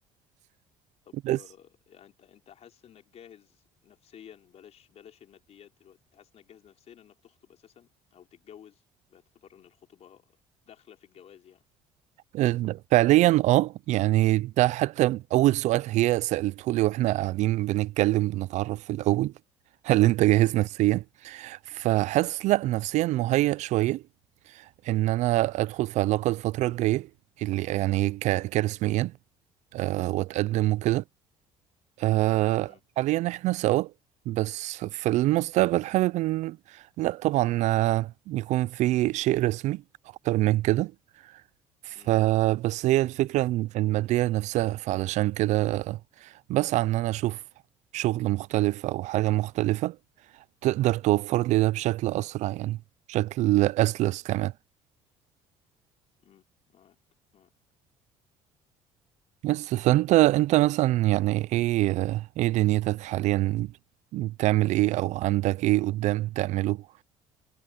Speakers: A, on the left; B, on the right.
A: طب
B: بس
A: آه، يعني انت انت حاسس انك جاهز نفسيا بلاش بلاش الماديات دلوقتي انت حاسس انك جاهز نفسيا انك تخطب اساسا او تتجوز باعتبار ان الخطوبة داخلة في الجواز يعني
B: آه، فعليا اه يعني ده حتى اول سؤال هي سألته لي واحنا قاعدين بنتكلم بنتعرف في الاول هل انت جاهز
A: امم
B: نفسيا فحاسس لا نفسيا مهيأ شوية ان انا ادخل في علاقة الفترة الجاية اللي يعني ك- كرسميا أه واتقدم وكده
A: تمام
B: أه
A: امم
B: حاليا احنا سوا بس في المستقبل حابب ان لا طبعا آه، يكون في شيء رسمي اكتر من كده فبس
A: امم
B: هي الفكرة المادية نفسها فعلشان كده بسعى ان انا اشوف شغل مختلف او حاجة مختلفة تقدر توفر لي ده بشكل أسرع يعني بشكل أسلس كمان
A: أمم. معاك معاك
B: بس فأنت أنت مثلا يعني إيه إيه دنيتك حاليا بتعمل إيه أو عندك إيه قدام تعمله